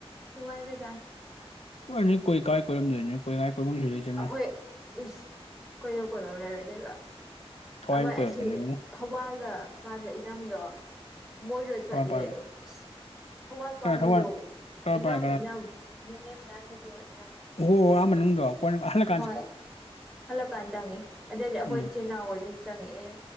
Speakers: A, in the centre; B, on the left.
A: ꯅꯨꯡꯉꯥꯏꯒꯖꯥꯠꯅꯤ
B: <unintelligible> ꯂꯩꯇꯅ
A: ꯑꯈꯣꯏ ꯏꯁ ꯀꯣꯏꯅ ꯀꯣꯏꯕꯝ ꯂꯩꯔꯣꯏꯗꯣꯏꯕ
B: ꯀꯋꯥꯏꯕꯨ
A: ꯑꯃ
B: ꯀꯣꯏꯔꯛꯄꯅꯣ
A: ꯑꯁꯤ ꯊꯧꯕꯥꯜꯗ ꯃꯥꯗꯣ ꯏꯅꯝꯗꯣ ꯃꯣꯏꯗ ꯆꯠꯂꯦ
B: ꯊꯋꯥꯟꯄꯥꯏꯔꯣ
A: ꯗꯨꯒ ꯊꯧꯕꯥꯜ
B: ꯀꯅꯥ
A: ꯄꯥꯟꯕꯗꯣ
B: ꯊꯋꯥꯟ ꯀꯔꯝꯄꯥꯏ
A: ꯏꯅꯝ ꯏꯅꯝ ꯅꯦꯅꯦ <unintelligible>
B: ꯑꯣꯥꯍꯣ ꯑꯑ ꯃꯅꯨꯡꯗꯣ ꯀꯣꯟꯅ ꯍꯜꯂꯛ
A: ꯍꯣꯏ ꯍꯜꯂꯛꯀꯥꯟꯗ ꯆꯪꯉꯦ ꯑꯗꯩꯗꯤ ꯍꯣꯏ
B: ꯎꯝ
A: ꯆꯦꯅꯥꯎꯍꯣꯏ ꯎꯝ ꯆꯪꯉꯛꯑꯦ